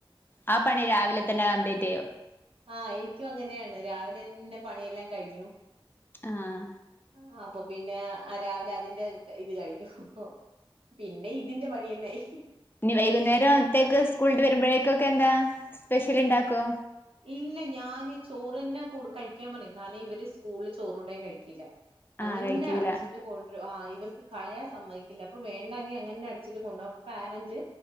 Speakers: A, on the left (about 25°); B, on the right (about 80°).
A: ആ പണി രാവിലെ തന്നെ കംപ്ലീറ്റയ്യും
B: ആഹ എൻക്കും അങ്ങനെയണ് രാവിലെ ന്നേ പണിയെല്ലാം കഴിഞ്ഞു
A: ആഹ
B: ഒ അപ്പൊ പിന്നെ ആ രാവിലെ അതിന്റെ ഇ ഇത് കഴിഞ്ഞു ഹ് പിന്നെ ഇ തിന്റെ പണിയന്നെഅയി
A: ഇനി വൈകുന്നേരം ത്തേക്ക് സ്കൂളിട്ട് വരുമ്പോഴേതേക്ക് ന്താ സ്പെഷ്യൽ ഇണ്ടാക്ക
B: ഇല്ല ഞാന് ചോറ്ന്നെ കൊട് കഴിക്കാൻ പറയും കാരണം ഇവര് സ്കൂളില് ചോറണ്ടയ കഴികില്ല അങ്ങനേ
A: ആഹ് കഴിക്കൂല
B: അടച്ചിട്ട് കൊണ്ട്രും ആ് ഇവർക്ക് കളയാൻ സമ്മയ്ക്കില്ല വേണ്ടങ്കി അങ്ങനേ അടച്ചിട്ട് കൊണ്ടോരു പാരന്റ്